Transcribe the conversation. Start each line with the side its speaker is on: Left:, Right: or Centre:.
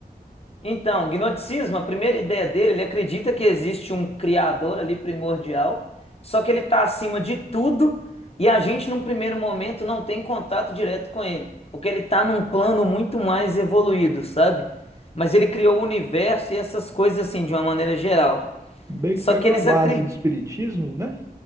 Left: Então, gnosticismo, a primeira ideia dele, ele acredita que existe um criador ali primordial, só que ele está acima de tudo e a gente, num primeiro momento, não tem contato direto com ele, porque ele está num plano muito mais evoluído, sabe? Mas ele criou o universo e essas coisas assim, de uma maneira geral.
Right: Meio
Left: Só
Right: que pegar
Left: que eles
Right: uma base
Left: acreditam.
Right: do espiritismo, né?